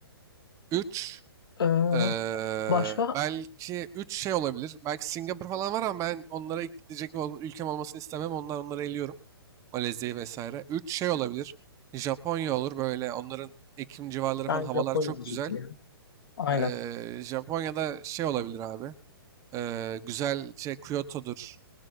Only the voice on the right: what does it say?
Üç,
eee,
belki üç şey olabilir. Belki Singapur falan var ama ben onlara ilk gidecek ol- ülkem olmasını istemem. Onlar onları eliyorum. Malezya'yı vesaire. Üç şey olabilir. Japonya olur böyle. Onların Ekim civarları
falan havalar
çok
güzel.
Eee, Japonya'da şey olabilir abi. Eee, güzel şey Kyoto'dur.